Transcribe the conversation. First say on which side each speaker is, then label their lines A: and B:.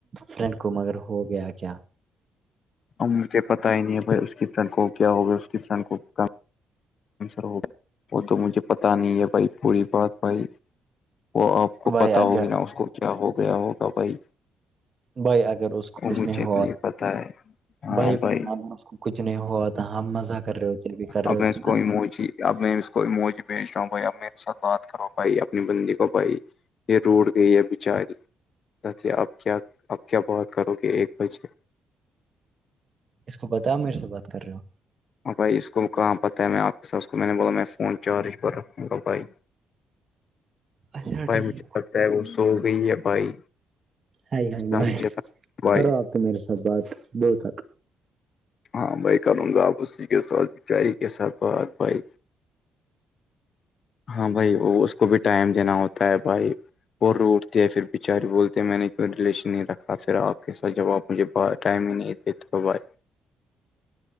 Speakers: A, on the right (about 40°); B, on the left (about 50°).
A: فرینڈ کو مگر ہو گیا کیا
B: ا مجھے پتا ہی نہیں ہے بھائی اس کی فرینڈ کو کیا ہوگیا اس کی فرینڈ کو کم ر وہ تو مجھے پتا نہیں ہے بھائی پوری بات بھائی وہ آپ کو
A: بھائی
B: پتہ
A: اگر
B: ہوگی ن اس کو کیا ہو گیا ہوگا بھائی
A: بائی اگر اس کو
B: وہ
A: کچھ
B: مجھے
A: نہیں ہوا
B: پتا ہے ہاں
A: ب
B: بھائی
A: کچھ نہیں ہوا تھا ہم مزہ کر رہے ہو چل بھی کر رہے
B: اب
A: ہوتے
B: ایس
A: نا
B: کوئی موجی اب میں اس کو موج بھیج رہا ہوں بھائی اب میرے ساتھ بات کرو بھائی اپنی بندی کو بھائی یہ روڑ گئی ہے بچاری اب کیا اب کیا بات کرو گے ایک بجے
A: اس کو بتا میرے سے بات کر رہے ہو
B: ہاں بھائی اس کو کہاں پتہ ہے میں آپ کے س اس کو میں نے بولا میں فون چارج پر رکھوں گا بھائی
A: اچھا
B: بھائی
A: ٹھیک
B: مجھے لگتا ہے وہ سو گئی یا بھائی
A: ہائے ہائے
B: اتنا
A: بھائے
B: مجھے بھائی
A: کرو آپ تو میرے ساتھ بات بہت آ
B: ہاں بھائی کر واپس کے کے ساتھ بچاراری ا کے کے ساتھ بات بائی ہاں بھائی وہ اس کو بھی ٹائم دینا ہوتا ہے بھائی وہ ر اٹتے ہیں پھر بچارے بولتے ہیں میں نے کوئی ریلیشن نہیں رکھا پھر آپ کے ساتھ جب آپ مجھے ب ٹائم ہی نہیں یہت ہو بات